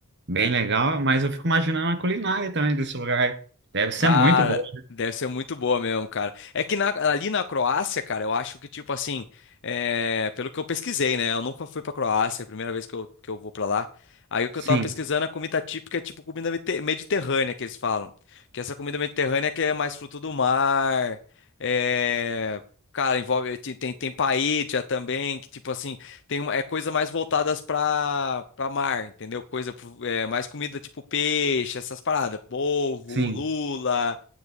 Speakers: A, on the right; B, on the left.
A: bem legal, mas eu fico imaginando a culinária também desse lugar. Deve ser
B: Cara,
A: muito boa.
B: deve ser muito boa mesmo, cara. É que na- ali na Croácia, cara, eu acho que, tipo assim, é, pelo que eu pesquisei, né? Eu nunca fui pra Croácia, é a primeira vez que eu, que eu vou pra lá. Aí o que
A: Sim,
B: eu tava pesquisando, a comida típica é tipo comida mete- mediterrânea, que eles falam. Que essa comida mediterrânea que é mais fruto do mar, é... Cara, envolve, tem, tem tem paella também, que tipo assim, tem uma, é coisa mais voltadas para para mar, entendeu? Coisa pro- é, mais comida tipo peixe, essas paradas, polvo,
A: sim.
B: lula